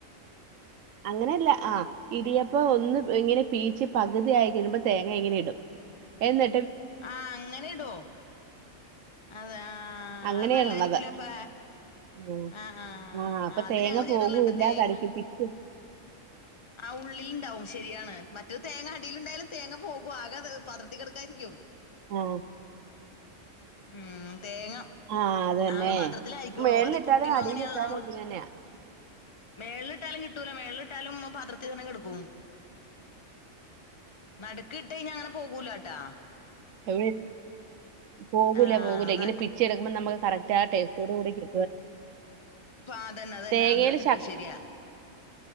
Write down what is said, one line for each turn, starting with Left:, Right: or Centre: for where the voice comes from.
Right: അങ്ങനെയല്ല ആ ഇടിയപ്പം ഒന്ന് ഇങ്ങനെ പീച്ചി പകുതിയായി കഴിയുമ്പോ തേങ്ങ ഇങ്ങനെ ഇടും എന്നി
Left: ആഹ് അങ്ങനെ ഇടോ അതെ ആ ആഹ്
Right: അങ്ങനെ
Left: അത് നല്ലായിരിക്കൂലേ
Right: ഇടണത്
Left: അപ്പ
Right: ഉം.
Left: ആ ആഹ്
Right: അപ്പൊ
Left: ആ അത്
Right: തേങ്ങ
Left: ഞങ്ങള് ചെയ്തിട്ടില്ലാട്ടാ
Right: പോകൂല്ല
Left: തേങ്ങ
Right: കടിക്ക് പിച്ച്
Left: ആ ഉള്ളിൽ ഉണ്ടാവും ശരിയാണ് മറ്റേത് തേങ്ങ അടിൽ ഇണ്ടായാലും തേങ്ങ പോകും ആകെ പാത്രത്തിൽ കിടക്കായിരിക്കും
Right: ആഹ്
Left: ഉം തേങ്ങ
Right: ആ അതന്നെ
Left: ആകെ പാത്രത്തില ആയിരിക്കുള്ളൂ
Right: മേളിലിട്ടാലും
Left: അത് പുട്ടിനും
Right: അടിയിലിട്ടാലും
Left: അങ്ങനെയാല്ലോ നമ്മള്
Right: ഇങ്ങനെ തന്നെയാ
Left: മേളിട്ടാലും കിട്ടൂല മേളിലിട്ടാലും പത്രത്തി തന്ന കിടക്കും നടുക് കിട്ട് കഴിഞ്ഞാൽ അങ്ങനെ പോകൂലട്ടാ
Right: എവിട്ട് പോകൂല
Left: ആഹ്
Right: പോകില്ല
Left: ന
Right: ഇനെ പിച്ചെടുക്ക്പോം നമുക്ക് കറക്റ്റ് ആ ടേസ്റ്റോട് കൂടി കി
Left: അ അതന്ന അതന്ന
Right: തേങ്ങയിൽ
Left: അങ്ങനെ കിട്ടും ശെരിയാ